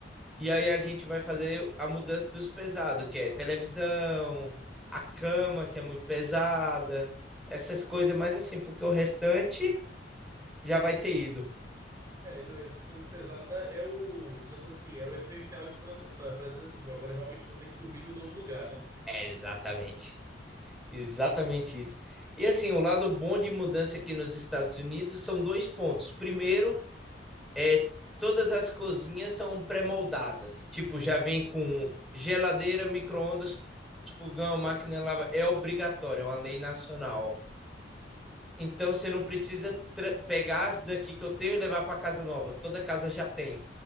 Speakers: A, in the centre; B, on the right.
A: E aí a gente vai fazer a mudança dos pesados, que é televisão, a cama, que é muito pesada, essas coisas, mas assim, porque o restante já vai ter ido.
B: É, não, e essas coisas pesadas é o, digamos assim, é o essencial de transição. É pra dizer assim, pô, agora eu realmente vou ter que dormir num novo lugar, né?
A: É, exatamente. Exatamente isso. E assim, o lado bom de mudança aqui nos Estados Unidos são dois pontos. Primeiro, é, todas as cozinhas são pré-moldadas. Tipo, já vem com geladeira, micro-ondas, fogão, máquina de lavar. É obrigatório, é uma lei nacional. Então você não precisa tra- pegar as daqui que eu tenho e levar para casa nova. Toda casa já tem,